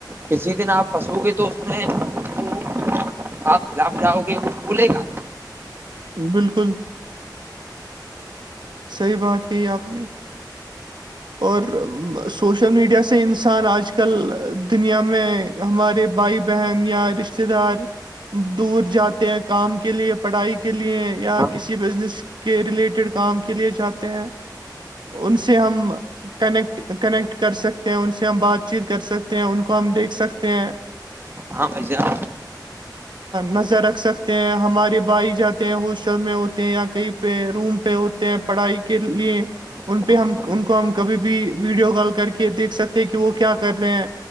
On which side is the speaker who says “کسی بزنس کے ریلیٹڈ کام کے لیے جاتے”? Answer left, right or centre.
Right